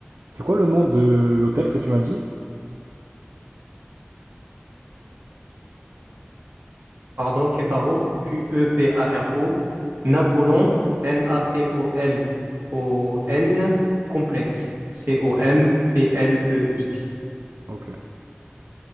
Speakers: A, on the right; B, on the right.
A: C'est quoi le nom de l'hôtel que tu m'as dit?
B: pardon, Queparo, Q-E-P-A-R-O, Napoléon, N-A-P-O-L-O-N, complexe, C-O-M-P-L-E-X.
A: Ok.